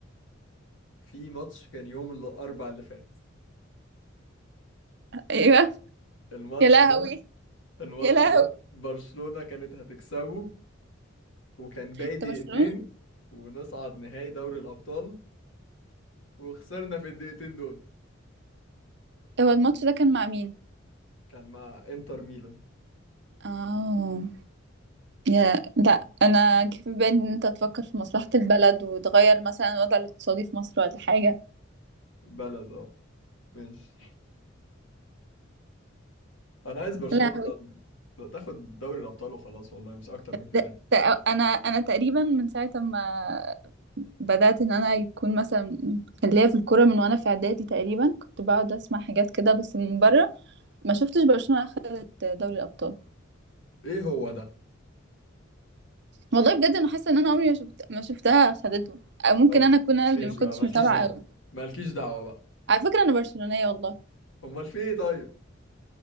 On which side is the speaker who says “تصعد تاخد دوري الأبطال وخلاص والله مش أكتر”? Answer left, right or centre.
Left